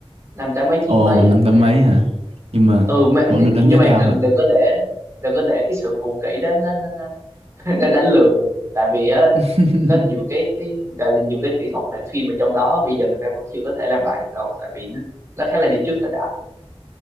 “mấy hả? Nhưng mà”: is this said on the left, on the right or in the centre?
Right